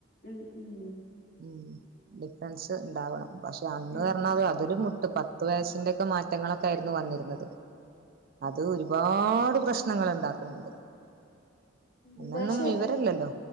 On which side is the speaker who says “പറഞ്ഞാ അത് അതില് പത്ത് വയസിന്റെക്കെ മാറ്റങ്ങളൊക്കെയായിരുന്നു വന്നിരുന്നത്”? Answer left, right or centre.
Right